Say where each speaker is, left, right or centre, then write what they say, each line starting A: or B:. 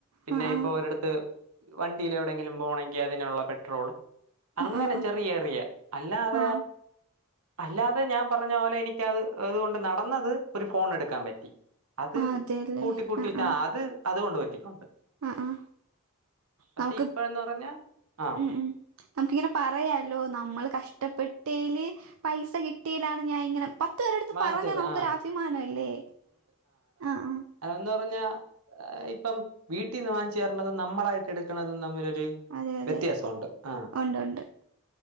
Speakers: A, on the right; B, on the right.
A: പിന്നെ
B: ആ ആ ആ
A: ഇപ്പൊ ഒരിടത്ത് വണ്ടീല് എവിടെയെങ്കിലും പോണെങ്കി അതിന്ള്ള പെട്രോള് അങ്ങനെ
B: ആ
A: ചെറിയ റിയെ അല്ലാതെ
B: ആ ആ ആ
A: അല്ലാതെ ഞാൻ പറഞ്ഞ പോലെ എനി ക്ക് അത് അത് കൊണ്ട് നടന്നത് ഒരു ഫോണ് എട്ക്കാൻ പറ്റി അത്
B: ആ അതെല്ലേ
A: കൂട്ടി കൂട്ടി
B: ആ
A: വെച്ചാ
B: ആ
A: അത് അത്കൊണ്ട് പറ്റിട്ട്ണ്ട്
B: ആ ആ
A: പക്ഷെ
B: നമുക്ക്
A: ഇപ്പന്ന് പറഞ്ഞ ആഹ്
B: ഉം ഉം നമുക്കിങ്ങനെ പറയാലോ നമ്മള് കഷ്ടപ്പെട്ടേല് പൈസ കിട്ടീലാണ് ഞാൻ ഇങ്ങനെ പത്ത് പേരെടുത്ത്
A: വാങ്ങിച്ചത്
B: പറഞ്ഞാ നമുക്ക്
A: ആ
B: ഒര് അഭിമാന അല്ലേ ആഹ് ആഹ്
A: അത്ന്ന് പറഞ്ഞാ ഇപ്പം വീട്ടീന്ന് വാങ്ങിച്ചേര്ണതും നമ്മളായിട്ട് എട്ക്കണതും തമ്മിലൊരു
B: അതെ അതെ
A: വ്യത്യാസോണ്ട് ആഹ്
B: ഉണ്ട് ഉണ്ട്